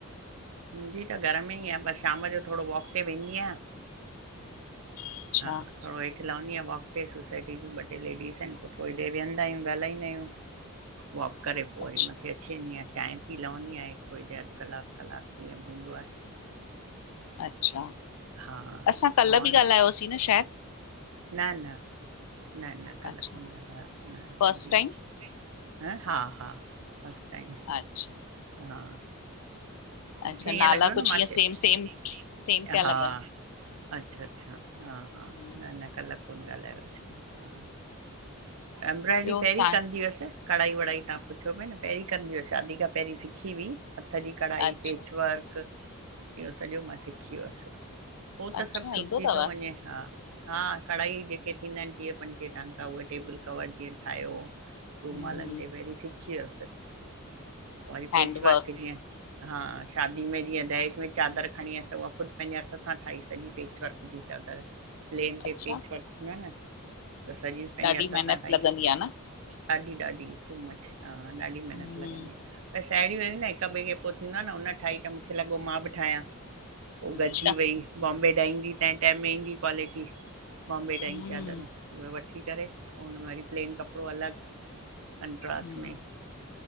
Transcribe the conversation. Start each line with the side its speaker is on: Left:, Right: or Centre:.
Right: मुंहिंजी त घरु में ई आ, बसि शामु जो थोड़ो वॉक ते वेंदी आहियां।
Left: अच्छा
Right: हा थोड़ो हेठ लवंदी आहेया, वॉक ते सोसाइटी जियुं ॿ टे लेडीस आहिनि, पोइ थोड़ी देर वेंयदा आहियूं, ॻालाईंदा आहियूं। वॉक करे पोइ
Left: अच्छा
Right: वरी मथे अची वेंदी आहियां। चांय पी लहंदी आयां, थोरी देरि अधु कलाकु- कलाकु। जीअं भी हूंदो आहे।
Left: अच्छा!
Right: हा
Left: असां कल्ह
Right: ॿियो ऑन
Left: बि ॻाल्हायोसीं न शायदि?
Right: न न- न न कल्ह
Left: अच्छा
Right: कोन ॻाल्हयो, न
Left: फस्ट
Right: अॼु ही।
Left: टाइम
Right: ह हा-हा फर्स्ट टाईम
Left: अच्छा
Right: हा। मूंखे
Left: अच्छा नाला
Right: ईअं लॻियो
Left: कुझु
Right: न, मां
Left: ईअं
Right: चयो
Left: सेम सेम सेम पिया
Right: हा।
Left: लॻनि
Right: अच्छा- अच्छा हा- हा
Left: हम्म,
Right: न- न कल्ह कोन ॻाल्हायोसीं हा। एमब्रॉयडरी
Left: ॿियो
Right: पहिरीं
Left: तव्हां
Right: कंदी हुअसि। कढ़ाई- वढ़ाई तव्हां पुछो पया न, पहिरीं कंदी हुयसि, शादी खां पहिरीं सिखी हुई हथु जी। कढ़ाई,
Left: अच्छा
Right: पेच-वर्कु। इहो सॼो मां सिखी हुयसि, हो त
Left: अच्छा
Right: सभु छुटजी
Left: ईंदो तव?
Right: तो वञे, हा। हा कढ़ाई जेके थींदा आहिनि टीहं- पंटीह टांका, उहे टेबल- कवर जीअं ठाहियो। रूमालनि
Left: हम्म
Right: ते पहिरीं सिखी हुयसि। पोइ वरी पेच
Left: हैंडवर्क
Right: वर्कु जिअं हा शादी में जीअं दहेज में चादरु खणी आअसि त, उहा ख़ुदि पंहिंजे हथि सां ठाही सॼी। पेच-वर्कु जी चादर, प्लेन ते
Left: अच्छा
Right: पेच- वर्कु थींदो आ न, त सॼी पंहिंजे
Left: ॾाढी
Right: हथि
Left: मेहनत
Right: सां ठाही।
Left: लॻंदी आ न?
Right: ॾाढी- ॾाढी टू मच। हा ॾाढी मेहिनतु
Left: हम्म
Right: लॻंदी आ। साहेड़ियूं हुयूं न हिकु- ॿिए खे पोइ थींदो आ न, उन ठाही त मूंखे लॻो मां बि ठाहियां। पोइ गॾिजी
Left: अच्छा
Right: वई, बॉम्बे डांइग जी तंहिं टाईम में ईंदी क्वालिटी, बॉम्बे डांइग
Left: हम्म
Right: चादरूं। उहे वठी करे, पोइ उन में वरी प्लेन कपिड़ो अलॻि कंट्रास
Left: हम्म
Right: में,